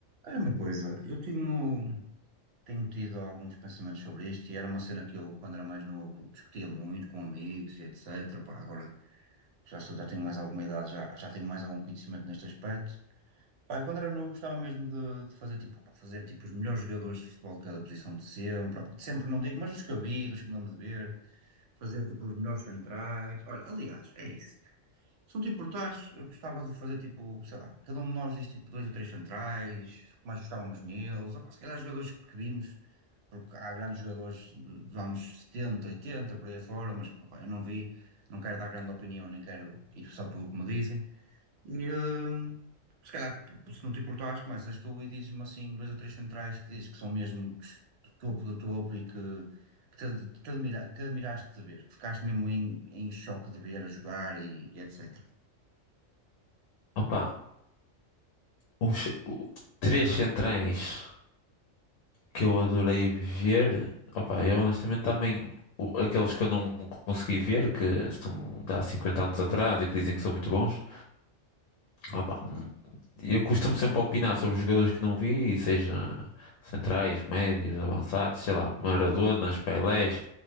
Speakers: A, on the right; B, on the left.
A: Era uma coisa, eu tenho, tenho tido alguns pensamentos sobre isto e era uma cena que eu, quando era mais novo, discutia muito com amigos e etc. Pá, agora já, sou- já tenho mais alguma idade, já, já tenho mais algum conhecimento neste aspecto. Pá, eu, quando era novo gostava mesmo de, de fazer, tipo, pá, fazer tipo, os melhores jogadores de futebol de cada posição de sempre, de sempre não digo, mas dos que eu vi, dos que me lembro de ver, fazer tipo, os melhores centrais. Olha, aliás, é isso. Se não te importares, eu gostava de fazer tipo, sei lá, cada um de nós diz tipo dois ou três centrais, que mais gostávamos neles, opá, se calhar jogadores que vimos, porque há grandes jogadores do- dos anos 70, 80 por aí afora, mas opá, eu não vi, não quero dar grande opinião, nem quero ir só pelo que me dizem. E hum, se calhar, se não te importares, começas tu e dizes-me assim dois ou três centrais que dizes que são mesmo topo do topo e que. Que te, te admira- que admiraste de ver, que ficaste mesmo em, em choque de ver a jogar e e etc.
B: Opa, os o- três centrais que eu adorei ver. Opa, eu honestamente também. o- Aqueles que eu não consegui ver, que estão de há 50 anos atrás e que dizem que são muito bons. Opa, eu costumo sempre opinar sobre os jogadores que não vi, seja centrais, médios, avançados, sei lá, Maradonas, Pelés,